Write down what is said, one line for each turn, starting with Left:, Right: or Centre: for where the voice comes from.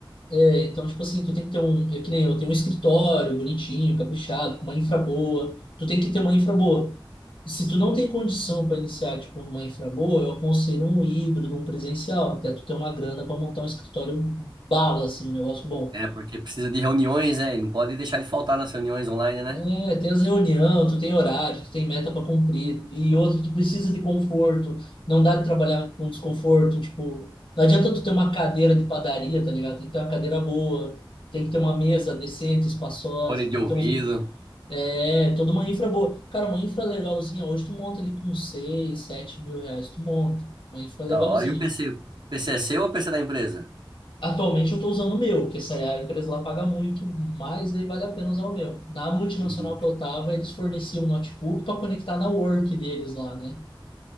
Left: É, então, tipo assim, tu tem que ter um, eu, que nem eu, tenho um escritório bonitinho, caprichado, com uma infra boa. Tu tem que ter uma infra boa. Se tu não tem condição para iniciar, tipo, uma infra boa, eu aconselho um híbrido, um presencial, até tu ter uma grana para montar um escritório bala, assim, um negócio bom.
Right: É, porque precisa de reuniões, né? E não pode deixar de faltar nas reuniões online, né?
Left: É, tem as reunião, tu tem horário, tu tem meta para cumprir. E outro, tu precisa de conforto. Não dá de trabalhar com desconforto. Tipo, não adianta tu ter uma cadeira de padaria, tá ligado? Tem que ter uma cadeira boa, tem que ter uma mesa decente, espaçosa,
Right: Fone de
Left: tem
Right: ouvido,
Left: que ter uns. É, toda uma infra boa. Cara, uma infra legalzinha, hoje tu monta ali com seis sete mil reais, tu monta. Uma infra
Right: da
Left: legalzinha.
Right: hora. E o PC? O PC é seu ou o PC da empresa?
Left: Atualmente eu estou usando o meu, porque essa é a empresa lá paga muito, mas daí vale a pena usar o meu. Na multinacional
Right: Hum,
Left: que eu estava, eles forneciam um notebook para conectar na work deles lá, né?